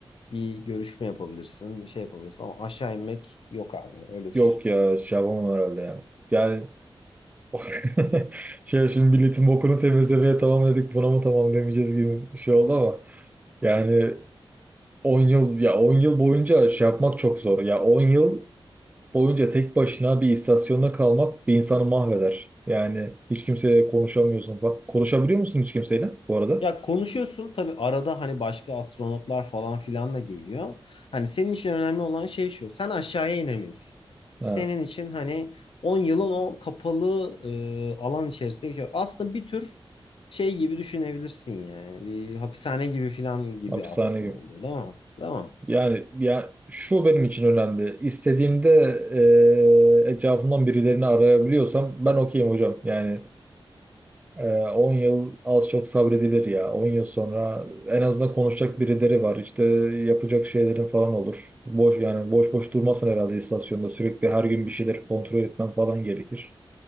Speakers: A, on the left; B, on the right.
A: bir görüşme yapabilirsin, şey yapabilirsin ama aşağı inmek yok abi öyle düşün.
B: Yok ya şey yapamam herhalde ya. Yani <laughs> şey şimdi milletin bokunu temizlemeye tamam dedik buna mı tamam demeyeceğiz gibi bir şey oldu ama yani 10 yıl ya 10 yıl boyunca şey yapmak çok zor. Ya 10 yıl boyunca tek başına bir istasyonda kalmak bir insanı mahveder. Yani hiç kimseyle konuşamıyorsun. Bak konuşabiliyor musun hiç kimseyle bu arada?
A: Ya konuşuyorsun tabii arada hani başka astronotlar falan filan da geliyor. Hani senin için önemli olan şey şu. Sen aşağıya inemiyorsun. Senin
B: Ha,
A: için hani 10 yılın o kapalı e, alan içerisinde geçiyor. Aslında bir tür şey gibi düşünebilirsin yani. Bir hapishane gibi filan gibi
B: hapishane
A: aslında
B: gibi.
A: oluyor değil mi? Değil mi?
B: Yani ya şu benim için önemli. İstediğimde e, etrafımdan birilerini arayabiliyorsam ben okeyim hocam. Yani e, 10 yıl az çok sabredilir ya. 10 yıl sonra en azından konuşacak birileri var. İşte yapacak şeylerin falan olur. Boş yani boş boş durmasın herhalde istasyonda. Sürekli her gün bir şeyler kontrol etmen falan gerekir.